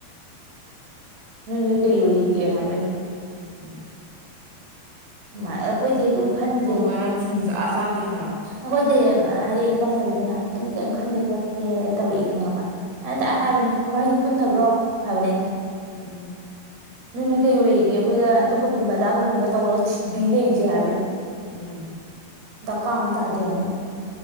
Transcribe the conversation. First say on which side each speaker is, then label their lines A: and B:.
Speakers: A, on the right; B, on the right.
A: ꯅꯣꯏ ꯅꯣꯏ ꯀꯩ ꯑꯣꯏꯔꯤꯒꯦ ꯍꯥꯏꯕꯩꯅꯣ
B: ꯎꯝ <unintelligible> <inaudible>
A: ꯑꯩꯈꯣꯏꯗꯤ ꯑꯗꯨ ꯈꯟꯗ꯭ꯔꯦ
B: ꯃꯔꯝ ꯁꯨꯡꯆꯥ
A: ꯎꯝ
B: ꯆꯥꯗꯦ ꯍꯥꯏꯕ
A: ꯑꯩꯈꯣꯏꯗꯤ ꯍꯥꯏꯔꯛꯑꯦ ꯅꯨꯄꯥ ꯆꯥꯕꯤꯗꯨꯅ ꯑꯩꯗꯤ ꯀꯔꯤꯝ ꯈꯟꯗꯦ ꯈꯣꯠꯇꯦ ꯇꯧꯔꯛꯏꯦ ꯈꯪꯉꯕ ꯑꯦ ꯇ
B: ꯎꯝ
A: ꯍꯥꯏꯕꯅꯦ ꯚꯁ ꯄꯨꯟꯗꯕ꯭ꯔꯣ ꯍꯥꯏꯕꯅꯤ ꯑꯩꯅ
B: ꯎꯝ
A: ꯅ ꯀꯩ ꯑꯣꯏꯔꯤꯒꯦ ꯑꯩꯈꯣꯏꯗ ꯑꯗꯨꯒ ꯄꯨꯟꯕ ꯑꯗꯥꯒ ꯄꯨꯟꯕ ꯇꯧꯔꯒ ꯕꯤꯔꯖꯦꯕꯅ
B: ꯎꯝ
A: ꯗ ꯀꯥꯝ ꯊꯥꯗ ꯌꯥꯋꯅ